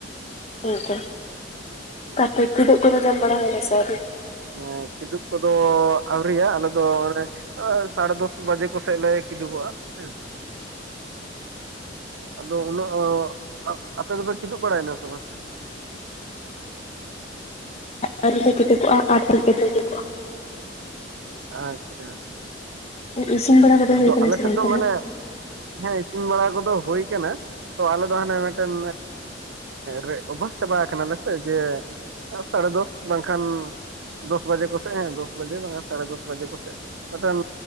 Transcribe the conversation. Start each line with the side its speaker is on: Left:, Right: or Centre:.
Left: ᱦᱮ ᱛᱚ
Right: <unintelligible>
Left: ᱟᱨ ᱛᱮ ᱠᱤᱫᱩᱜ ᱠᱚᱫᱚ ᱡᱚᱢ ᱵᱟᱲᱟ ᱦᱩᱭᱱᱟ ᱥᱮ ᱟᱣᱨᱤ?
Right: ᱦᱮ ᱠᱤᱫᱩᱵ ᱠᱚᱫᱚ ᱟᱣᱨᱤᱭᱟ ᱟᱞᱮᱫᱚ ᱢᱟᱱᱮᱼᱼ ᱟ ᱥᱟᱲᱮ ᱫᱚᱥ ᱵᱟᱡᱮ ᱠᱚ ᱥᱮᱫ ᱞᱮ ᱠᱤᱫᱩᱵᱜ-ᱟ ᱦᱮ᱾ ᱟᱫᱚ ᱩᱱᱟᱹᱜ ᱚ ᱚᱜ ᱟᱯᱮ ᱫᱚᱯᱮ ᱠᱤᱫᱩᱵ ᱵᱟᱲᱟᱭᱱᱟ ᱥᱮ ᱵᱟᱝ?
Left: ᱟᱣᱨᱤ ᱞᱮ ᱠᱤᱫᱩᱵᱚᱜ-ᱟ ᱟᱨ ᱠᱟᱡᱽ ᱠᱟᱛᱮᱜ ᱞᱮ ᱠᱤᱫᱩᱵᱚᱜᱼᱟ
Right: ᱟᱪᱪᱷᱟ
Left: ᱤᱥᱤᱱ ᱵᱟᱲᱟ ᱠᱚᱫᱚ
Right: ᱟᱫᱚ
Left: ᱦᱩᱭ ᱠᱟᱱᱟ
Right: ᱟᱞᱮ
Left: ᱥᱮ
Right: ᱥᱮᱫ
Left: ᱵᱟᱝ
Right: ᱫᱚ
Left: ᱛᱟᱦᱚᱞᱮ?
Right: ᱢᱟᱱᱮᱼᱼ ᱦᱮᱸ ᱤᱥᱤᱱ ᱵᱟᱲᱟ ᱠᱚᱫᱚ ᱦᱳ ᱠᱟᱱᱟ ᱛᱚ ᱟᱞᱮ ᱫᱚ ᱦᱟᱱᱮ ᱢᱤᱫᱴᱮᱱ ᱨᱮ ᱚᱵᱷᱟᱥ ᱪᱟᱵᱟ ᱠᱟᱱᱟᱞᱮ ᱥᱮ ᱡᱮᱼᱼ ᱥᱟᱲᱮ ᱫᱚᱥ ᱵᱟᱝᱠᱷᱟᱱ ᱫᱚᱥ ᱵᱟᱡᱮ ᱠᱚᱥᱮᱫ ᱦᱮᱸ ᱫᱚᱥ ᱵᱟᱡᱮ ᱵᱟᱝᱟ ᱥᱟᱲᱮ ᱫᱚᱥᱼᱼ ᱡᱮ ᱠᱚᱥᱮᱫ ᱢᱤᱫᱴᱮᱱ